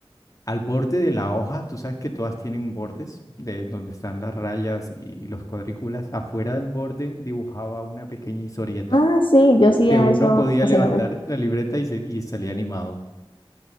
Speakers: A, on the left; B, on the left.
A: al borde de la hoja. Tú sabes que todas tienen bordes de donde están las rayas y los cuadrículas. Afuera del borde dibujaba una pequeña historieta.
B: Ah, sí, yo hacía
A: que uno
B: eso
A: podía
B: ocasionalmente.
A: levantar la libreta y, se- y salía animado.